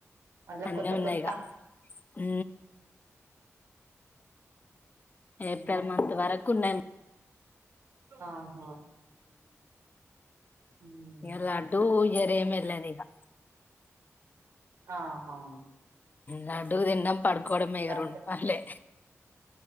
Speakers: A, on the right (about 85°); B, on the left (about 35°).
A: మళ్ళా
B: అన్నే
A: కొత్త
B: ఉన్నా
A: కొత్త
B: ఇగ హ ఏప్రిల్
A: ఉమ్
B: మంత్ వరకు ఉన్నాయి
A: ఆహా ఉమ్
B: ఇగ లడ్డు వేరే ఏం లేదుగా
A: ఆహా
B: లడ్డూ తినడం పడుకోవడమే
A: లడ్డు
B: రెండు పనులే